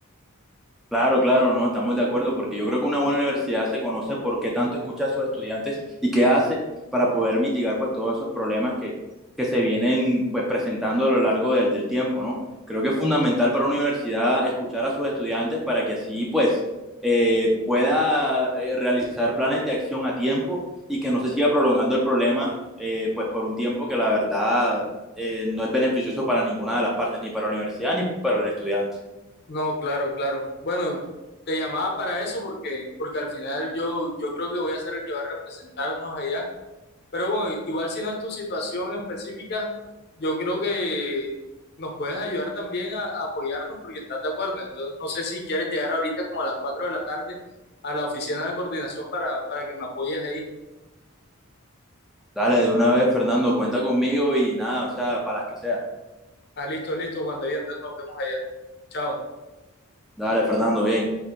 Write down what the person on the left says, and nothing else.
No, claro, claro. Bueno, te llamaba para eso porque, porque al final yo, yo creo que voy a ser el que va a representarnos allá Pero bueno, igual si no es tu situación específica, yo creo que nos puedes ayudar también a, a apoyarnos porque estás de acuerdo. Entonces, no sé si quieres llegar ahorita como a las 4 de la tarde a la oficina de coordinación para, para que me apoyes ahí.
Ah, listo, listo, Juan David. Entonces nos vemos allá. Chao.